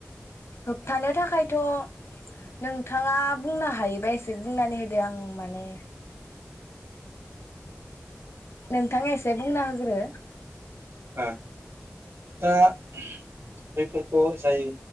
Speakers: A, on the left; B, on the right.
A: होबथानो थाखायथ' नोंथाङा बुंनो हायोबा एसे बुंनानै होदो आं माने नोंथां एसे बुंना होग्रो।
B: ओ दा बैफोरखौ जाय